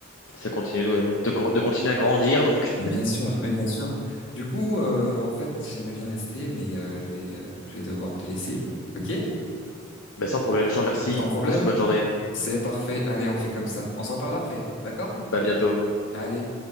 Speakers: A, on the left (about 80°); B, on the left (about 65°).
A: Ça continue euh, de, gr- de continuer à grandir. Donc
B: Mais bien sûr, mais bien sûr. Du coup, euh, en fait, j'aimerais bien rester, mais euh, je vais, euh, je vais devoir te laisser. OK?
A: Bah, sans problème, je te remercie.
B: Sans problème?
A: Passe une bonne journée.
B: C'est parfait. Allez, on fait comme ça. On se reparle après, d'accord?
A: Bah, à bientôt.
B: Allez.